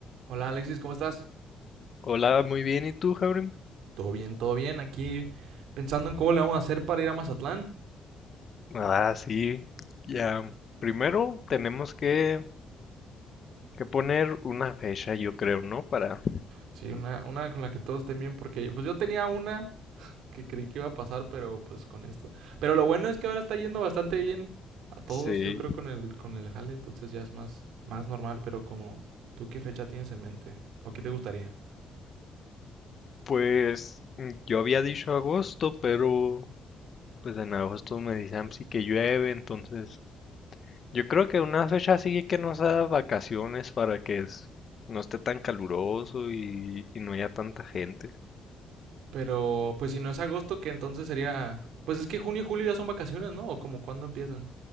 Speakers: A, on the right (about 85°); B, on the left (about 45°).
A: Hola Alexis, ¿cómo estás?
B: Hola, muy bien. ¿Y tú, Jaurim?
A: Todo bien, todo bien. Aquí pensando en cómo le vamos a hacer para ir a Mazatlán.
B: Ah, sí. Ya. Primero tenemos que, que poner una fecha, yo creo, ¿no? Para...
A: Sí, una, una con la que todos estén bien, porque pues yo tenía una que creí que iba a pasar, pero pues con esto. Pero lo bueno es que ahora está yendo bastante bien a todos,
B: Sí.
A: yo creo, con el, con el jale, entonces ya es más, más normal, pero como tú qué fecha tienes en mente o qué te gustaría.
B: Pues mm, yo había dicho agosto, pero pues en agosto me dicen sí que llueve, entonces yo creo que una fecha así que nos da vacaciones para que es- no esté tan caluroso y, y no haya tanta gente.
A: Pero pues si no es agosto, que entonces sería... Pues es que junio y julio ya son vacaciones, ¿no? O como cuándo empiezan.